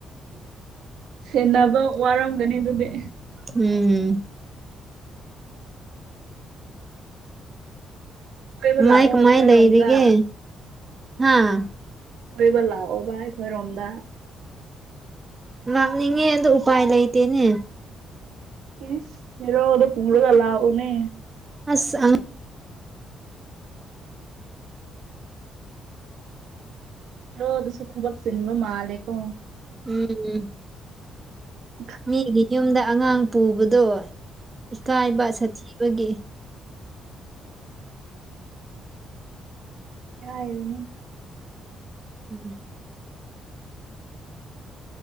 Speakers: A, on the right (about 80°); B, on the right (about 25°).
A: ꯁꯦꯟꯅꯕ ꯋꯥꯔꯝꯒꯅꯤ ꯑꯗꯨꯗꯤ꯫
B: ꯎꯝ꯫
A: ꯀꯣꯏꯕ
B: ꯀꯃꯥꯏ
A: ꯂꯥꯛꯑꯣ
B: ꯀꯃꯥꯏ
A: ꯑꯩꯈꯣꯏꯔꯣꯝꯗ
B: ꯂꯩꯔꯤꯒꯦ ꯍꯥꯥ꯫
A: ꯀꯣꯏꯕ ꯂꯥꯛꯑꯣꯕ ꯑꯩꯈꯣꯏꯔꯣꯝꯗ꯫
B: ꯂꯥꯛꯅꯤꯡꯉꯦ ꯑꯗꯨ ꯎꯄꯥꯏ ꯂꯩꯇꯦꯅꯦ꯫
A: ꯏꯁ ꯍꯦꯔꯣꯗꯣ ꯄꯨꯔꯒ ꯂꯥꯛꯑꯣꯅꯦ꯫
B: ꯑꯁ
A: ꯍꯦꯔꯣꯗꯨꯁꯨ ꯊꯕꯛ ꯆꯤꯟꯕ ꯃꯥꯂꯦꯀꯣ꯫
B: ꯎꯝ꯫
A: ꯎꯝ꯫
B: ꯃꯤꯒꯤ ꯌꯨꯝꯗ ꯑꯉꯥꯡ ꯄꯨꯕꯗꯣ ꯏꯀꯥꯏꯕ ꯁꯥꯊꯤꯕꯒꯤ꯫
A: ꯏꯀꯥꯏꯔꯨꯅꯨꯗ
B: ꯎꯝ꯫